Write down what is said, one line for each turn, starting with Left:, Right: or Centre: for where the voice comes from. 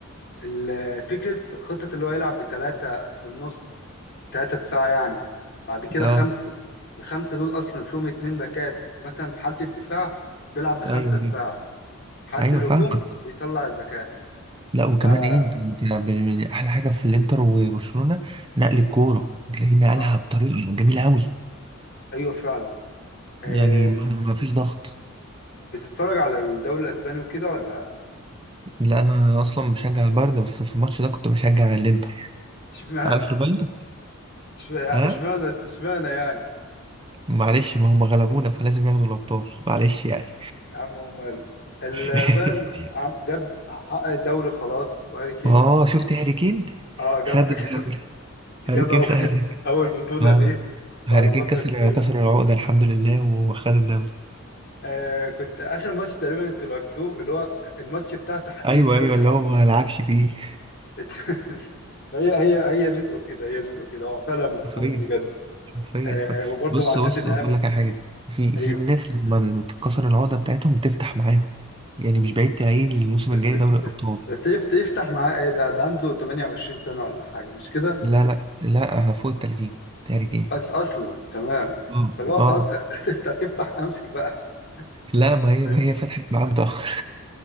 Left: ال- فكرة خطة اللي هو يلعب بثلاثة في النص تلاتة دفاع يعني بعد كده
Right: اه
Left: خمسة الخمسة دول أصلا فيهم اتنين باكات مثلا في حالة الدفاع بيلعب بخمسة
Right: ايوه ايوه
Left: دفاع في حالة
Right: ايوه
Left: الهجوم
Right: فاهمك
Left: بيطلع الباكات
Right: لا وكمان
Left: فا
Right: ايه انت انت ب- ب- احلى حاجة في الانتر وبرشلونة نقل الكورة تلاقيه نقلها
Left: آه
Right: بطريقة جميلة قوي
Left: أيوة فعلا آه
Right: يعني ما ما فيش ضغط
Left: بتتفرج على الدوري الأسباني وكده ولا
Right: لا انا اصلا بشجع البايرن بس في الماتش ده كنت بشجع الانتر
Left: اشمعنى
Right: عارف البايرن
Left: <laughs> اشمعنى
Right: ها
Left: اشمعنى اشمعنى يعني
Right: معلش ما هم غلبونا فلازم ياخدوا الأبطال معلش يعني
Left: يا عم وماله البايرن
Right: <laughs>
Left: عم- جاب حقق الدوري خلاص وهاري كين
Right: اه شفت هاري كين
Left: اه جاب
Right: خد
Left: <laughs>
Right: الدوري هاري
Left: جاب
Right: كين
Left: أول
Right: خد هاري كين
Left: أول بطولة
Right: اه
Left: ليه
Right: هاري
Left: بعد فترة
Right: كين كسر
Left: كبيرة
Right: كسر العقدة الحمد لله وخد الدوري
Left: آه كنت اخر ماتش تقريبا انتوا لعبتوه اللي هو الماتش بتاع تحقيق
Right: ايوه
Left: الدوري
Right: ايوه اللي
Left: اصلا
Right: هو ما لعبش فيه
Left: <laughs> هي هي هي رزقه كده هي رزقه كده هو فعلا منحوس
Right: حرفيا
Left: بجد
Right: حرفيا
Left: آه
Right: حر-
Left: وبرضه
Right: بص
Left: مع توتنهام
Right: بص اقول لك على حاجة في
Left: ايوه
Right: في الناس لما تتكسر العقدة بتاعتهم بتفتح معاهم يعني مش بعيد تلاقيه الموسم
Left: بس
Right: الجاي دوري الأبطال
Left: بس بس يفت- يفتح معاه ايه ده ده عنده 28 سنه ولا حاجه مش كده
Right: لا لا لا فوق ال 30 هاري كين
Left: أس اصلا تمام
Right: اه
Left: فاللي هو
Right: اه
Left: خلاص هتفتح تفتح امتى بقى <laughs>
Right: لا ما هي
Left: آه،
Right: ما هي فتحت معاه متأخر